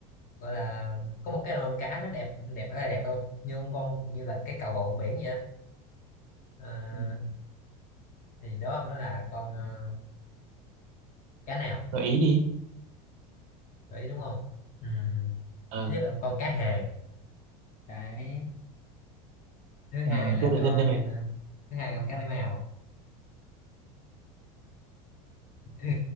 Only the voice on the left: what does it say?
gọi là có một cái con cá nó đẹp đẹp ở đây đẹp luôn nhưng con như là cái cầu vồng ở biển vậy đó à,
thì đó ông nó là con ờ, cá nào
gợi ý đúng không ừ.
thứ nhất là con cá hàng cái thứ hai
là
con
ờ, thứ hai là con cá bảy màu <laughs> thứ,